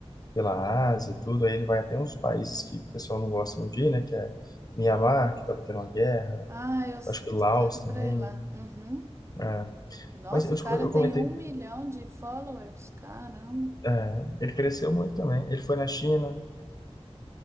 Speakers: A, on the left (about 35°); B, on the right (about 25°).
A: pela Ásia e tudo, aí ele vai até uns países que o pessoal não gosta muito de ir, né? Que é Mianmar que tava tendo uma guerra,
B: Ah, eu sou-
A: acho que Laos
B: tô doida pra
A: também.
B: ir lá. Uhum.
A: é.
B: Nossa,
A: Mas eu,
B: o
A: te-
B: cara
A: eu
B: tem
A: comentei
B: um milhão de followers. Caramba.
A: É, ele cresceu muito também. Ele foi na China.